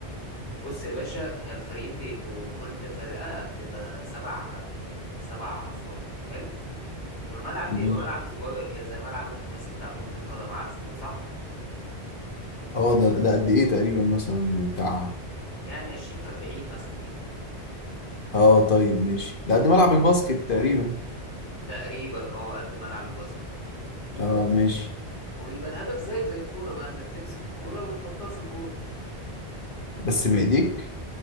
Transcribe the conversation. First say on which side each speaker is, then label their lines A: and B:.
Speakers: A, on the left (about 85°); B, on the left (about 50°).
A: بص يا باشا هي الفريقين بيبقوا كل فرقة بتبقى سبع سبع أفراد حلو والملعب بيبقى
B: ماشي
A: ملعب صغير كده زي ملعب الخماسي بتاع كرة القدم عارفه ده صح
B: اه ده ده قد ايه تقريبا مثلا بتاع
A: يعني 20 في 40 مثلا كده
B: اه طيب ماشي ده قد ملعب الباسكت تقريبا
A: تقريبا اه قد ملعب الباسكت
B: اه ماشي
A: ويبقى الهدف زيه زي الكوره بقى انك تمسك الكوره وتحطها في الجون
B: بس بايديك